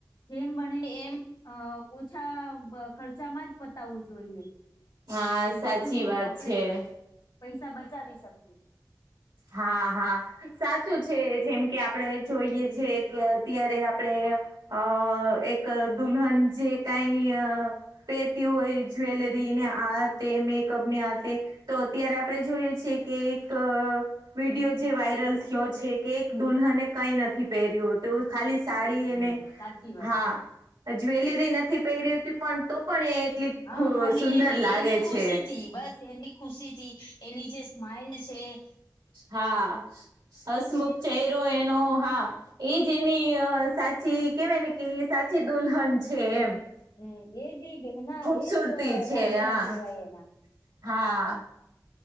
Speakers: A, on the left; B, on the right.
A: જેમ બને એમ અ ઓછા ખર્ચામાં જ પતાવવું જોઈએ.
B: હા
A: કે જેથી
B: સાચી વાત
A: આપણેે
B: છે
A: પૈસા બચાવી શકીએ.
B: હા હા. સાચું છે જેમ કે આપડે જોઈએ છે કે અત્યારે આપડે અ... એક દુલ્હન જે કાય પેરતિ હોય જ્વેલરીને આ તે મેકઅપને આ તે તો અત્યારે આપણે જોયએ છે કે એક વિડિયો જે વાયરલ થયો છે કે એક દુલ્હને કાઈ નથી પહેર્યું હો તું ખાલી સાડી
A: હમ
B: એને
A: સાચી વાત
B: હા. જ્વેલરી નથી પહેરી હતી પણ તો પણ એ એટલી
A: હ, ખાલી
B: સુંદર
A: એની,
B: લાગે
A: એની ખુશી
B: છે
A: થી, બસ એની- -ખુશી થી એની જે સ્માઈલ છે. -
B: હા, હસમુખ
A: એને
B: ચહેરો એનો, હા- એજ, એની સાચી કેવાય ને કે, સાચી દુલ્હન છે એમ-
A: હ.. એજે, ગેહેના
B: ખૂબસૂરતી
A: એજ
B: છે
A: દાગીના
B: હા
A: કહેવાય એના. -
B: હા